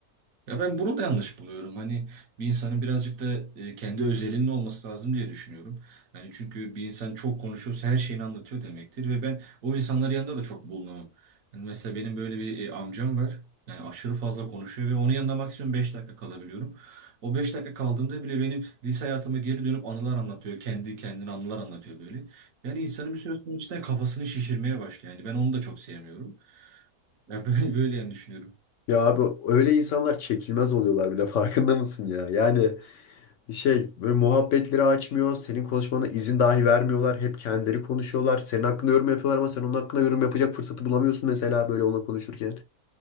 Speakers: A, on the right; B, on the left.
A: Ya ben bunu da yanlış buluyorum. Hani bir insanın birazcık da e, kendi özelinin olması lazım diye düşünüyorum. Yani çünkü bir insan çok konuşuyorsa her şeyini anlatıyor demektir ve ben o insanların yanında da çok bulunamam. Hani mesela benim böyle bir e, amcam var. Yani aşırı fazla konuşuyor ve onun yanında maksimum 5 dakika kalabiliyorum. O 5 dakika kaldığımda bile benim lise hayatıma geri dönüp anılar anlatıyor. Kendi kendine anılar anlatıyor böyle. Yani insanın bir süre sonra cidden kafasını şişirmeye başlıyor. Yani ben onu da çok sevmiyorum. Ya <laughs> böyle, böyle yani düşünüyorum.
B: Ya abi öyle insanlar çekilmez oluyorlar bir de farkında mısın ya? Yani Şey böyle muhabbetleri açmıyor. Senin konuşmana izin dahi vermiyorlar. Hep kendileri konuşuyorlar. Senin hakkında yorum yapıyorlar ama sen onun hakkında yorum yapacak fırsatı bulamıyorsun mesela böyle onunla konuşurken.